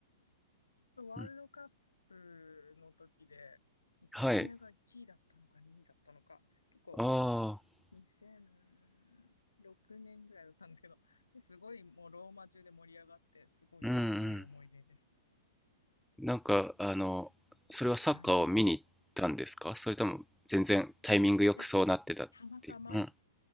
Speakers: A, on the left; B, in the centre.
A: ワールドカップの時で、
B: うん。
A: イタリアが1位だったのか2位だったのか、
B: はい。
A: 結構
B: ああ、
A: 2006年ぐらいだったんですけど、で、すごいもうローマ中で盛り上がって、すごい良い思い出ですね。
B: うんうん。なんか、あの、それはサッカーを見に行ったんですかそれとも全然タイミングよくそうなってたっていう。
A: はい。いや、たまたまい、
B: うん。